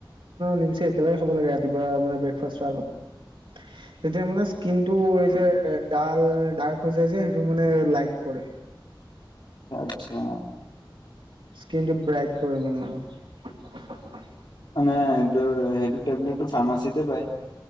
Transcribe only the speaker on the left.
আচ্ছা।
মানে এইটোৰ সেইটো টেবলেটটো ফাৰ্মাচীতে পায়।